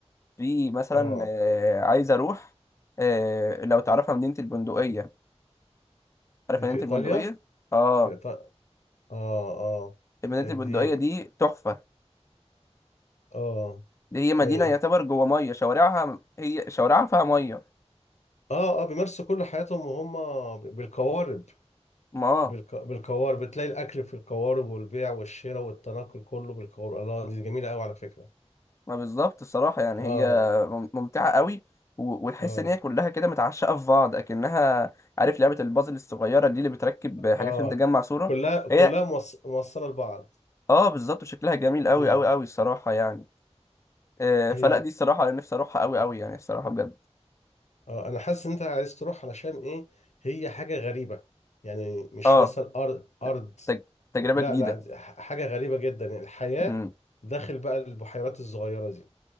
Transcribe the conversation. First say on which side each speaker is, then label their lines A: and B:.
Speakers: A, on the left; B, on the left.
A: في مثلا
B: اه
A: آه، عايز اروح آه، لو تعرفها مدينة البندقية عارف
B: دي
A: مدينة
B: في ايطاليا
A: البندقية اه
B: في إيطاليا. اه
A: مدينة
B: اه
A: البندقية
B: دي
A: دي تحفة
B: اه
A: دي هي مدينة
B: اه
A: يعتبر جوه مية شوارعها هي شوارعها فيها مية
B: اه بيمارسوا كل حياتهم وهم بالقوارب
A: ما
B: بالق...
A: آه،
B: بالقوارب بتلاقي الاكل في القوارب والبيع والشراء والتنقل كله بالقوارب الله دي جميله قوي على فكره
A: ما بالظبط الصراحة يعني
B: اه
A: هي مم- ممتعة قوي و- وتحس
B: اه
A: ان هي كلها كده متعشقة في بعض اكنها عارف لعبة البازل الصغيرة دي اللي بتركب حاجات
B: اه
A: عشان تجمع صورة
B: كلها كلها
A: هي
B: موص... موصله لبعض
A: اه بالظبط وشكلها جميل قوي
B: مم.
A: قوي قوي الصراحة يعني آه،
B: هي
A: فلا دي الصراحة انا نفسي اروحها قوي قوي يعني الصراحة بجد
B: اه انا حاسس ان انت عايز تروح علشان ايه هي حاجه غريبه يعني مش
A: اه
B: مثلا ارض ارض
A: تج... تجربة
B: لا
A: جديدة
B: لا دي ح- حاجه غريبه جدا يعني الحياه
A: امم
B: داخل بقى البحيرات الصغيره دي